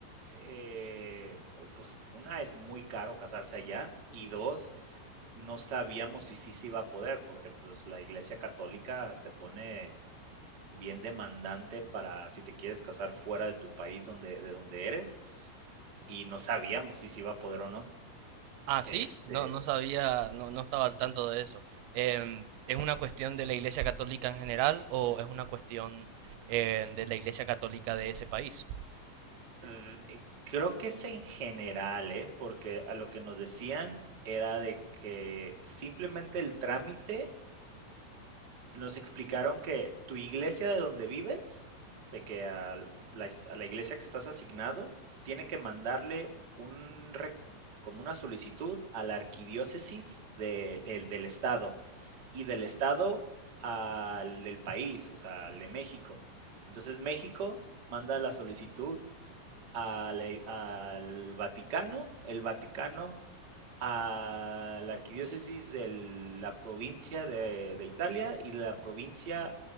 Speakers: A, on the right; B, on the right.
A: eh, pues una es muy caro casarse allá y dos, no sabíamos si sí se iba a poder, porque pues la iglesia católica se pone bien demandante para si te quieres casar fuera de tu país donde, de donde eres y no sabíamos si se iba a poder o no.
B: Ah, sí,
A: Este,
B: no, no sabía,
A: s-
B: no, no estaba al tanto de eso. Em, ¿es una cuestión de la Iglesia Católica en general o es una cuestión eh, de la Iglesia Católica de ese país?
A: mm, eh, creo que es en general, ¿eh? Porque a lo que nos decían era de que simplemente el trámite nos explicaron que tu iglesia de donde vives, de que a la, a la iglesia que estás asignado, tiene que mandarle un, rec- como una solicitud a la arquidiócesis de- el- del estado y del estado al del país, o sea, al de México. Entonces México manda la solicitud a la al Vaticano, el Vaticano a la arquidiócesis de la provincia de, de Italia y de la provincia